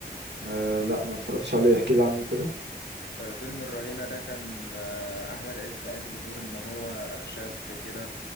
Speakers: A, on the right; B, on the left.
A: أه لا ما اتفرجتش عليه احكي لي عنه كده
B: آه، فيلم الرهينة ده كان آه، أحمد عز قايم بدور إن هو شاب كده